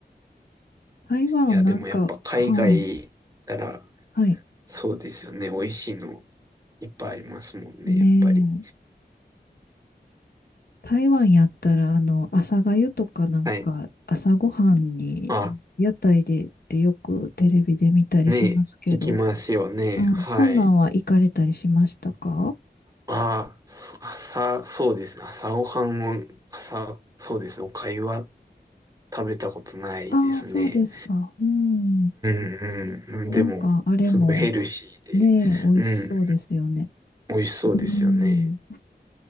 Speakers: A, on the left; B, on the right.
A: 台湾なんか、
B: いや、でもやっぱ海外行ったら、
A: はい、はい。
B: そうですよね。美味しいのいっぱいありますもんね、
A: ね
B: やっぱり。
A: え、台湾やったら、あの、朝粥とかなんか、
B: はい。
A: 朝ごはんに屋台でってよくテレビで見たりしますけど、
B: あ、ねえ、聞きますよね。
A: うん、
B: はい。
A: そんなんは行かれたりしましたか
B: あ、そ朝、そうですね。朝ごはんを、朝、そうですね。お粥は食べたことないですね。
A: ああ、そうですか。うん。
B: うん。うんでも、
A: なんか、あれも、
B: すごいヘルシーで、
A: ねえ、美味しそうですよね。
B: うん。美味しそうですよね。
A: うん。